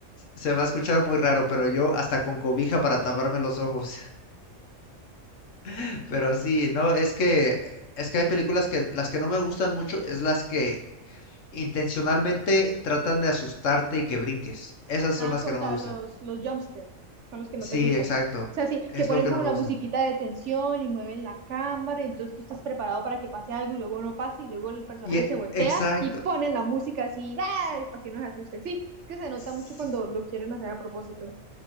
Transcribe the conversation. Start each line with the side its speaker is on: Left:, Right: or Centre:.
Left: Se va a escuchar muy raro, pero yo hasta con cobija para taparme los ojos. <laughs> Pero sí, no, es que es que hay películas que las que no me gustan mucho es las que intencionalmente tratan de asustarte y que brinques. Esas son
Right: Ah,
Left: las
Right: co-
Left: que
Right: o
Left: no
Right: sea,
Left: me gustan.
Right: los, los jumpscares son los que no
Left: Sí,
Right: te gustan.
Left: exacto.
Right: O sea, sí,
Left: Es
Right: que ponen
Left: lo que
Right: como
Left: no me
Right: la
Left: gusta.
Right: musiquita de tensión y mueven la cámara, entonces tú estás preparado para que pase algo y luego no pasa y luego el personaje
Left: Y e-
Right: se voltea
Left: exacto.
Right: y ponen la música así, ¡ay! para que uno se asuste. Sí, es que se nota
Left: Sí,
Right: mucho cuando lo quieren hacer a propósito.